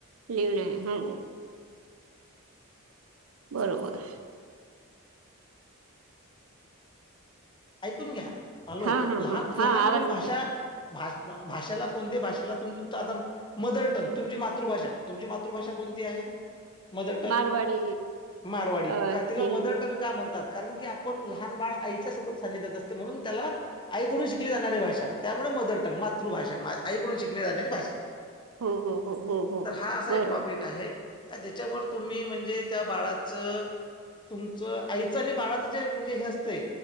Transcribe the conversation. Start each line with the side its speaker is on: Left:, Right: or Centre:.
Right: लिऊण आहे हो. बरोबर.
Left: ऐकून घ्या हॅलो
Right: हा हा
Left: लहान
Right: हा हा
Left: लहान
Right: आवाज
Left: मूल भाषा
Right: येत आहे
Left: भा भाषेला कोणत्या भाषेला तुम आता. मदर टंग तुमची मातृभाषा तुमची मातृभाषा कोणती आहे. मदर टंग
Right: मारवाडी
Left: मारवाडी
Right: अ
Left: का तिला
Right: हिंद
Left: मदर टंग का म्हणतात कारण की आप आपण लहान बाळ आईच्या सतत सा जात असते म्हणून त्याला आईकडून शिकली जाणारी भाषा. त्यामुळे मदर टंग मातृभाषा आईकडून शिकले जालेली भाषा.
Right: हो हो हो हो हो
Left: तर हा असा
Right: बरोबर
Left: एक टॉपिक आहे. का ज्याच्यावर तुम्ही म्हणजे त्या बाळाचं तुमचं आईचं आणि बाळाच. े म्हणजे ह्या असते.